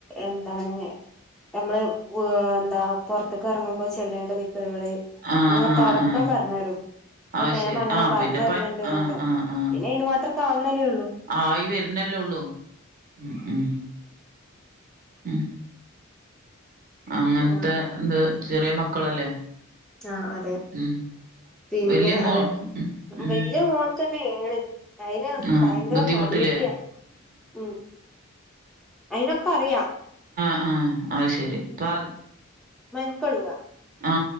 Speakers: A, in the centre; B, on the right (about 40°).
A: എന്താണ് നമ്മള് വ് എന്താ പുറത്തേക്കെറങ്ങുമ്പോ ചെല്ലേണ്ട ദിക് റ്കള്
B: ആഹ്
A: അങ്ങ്തൊടക്കം
B: ആഹ് ആഹ്
A: പറഞ്ഞരും
B: അത്
A: ഇമ് മേമ
B: ശരി
A: അങ്ങനെ
B: ആ
A: പറഞ്ഞര്ല്ണ്ട്
B: പിന്നെപ്പ
A: എന്നൊക്കെ
B: ആഹ് ആഹ് ആഹ്
A: പിന്നെ ഈന് മാത്രൊക്കെ ആവണല്ലേ ള്ളൂ..
B: ആയി വരുന്നല്ലേ ഉള്ളൂ ഉം ഉം ഉം അങ്ങനത്തെ
A: ആഹ്
B: ന്ത് ചെറിയ മക്കളല്ലേ.
A: ആ അതെ.
B: ഉം
A: പിന്നെ
B: വല്യ മോ
A: അതെ.
B: ഉം ഉം
A: വലിയ മോൾക്കന്നെയേണ്. അയിനാ
B: ആ
A: ഭയങ്കര
B: ബുദ്ധിമുട്ടില്ലേ
A: മടിയത്തിയാ ഉം അയിനൊക്കറിയാം
B: ആ അത് ശരി. പർ
A: മെനക്കെടൂല
B: ആ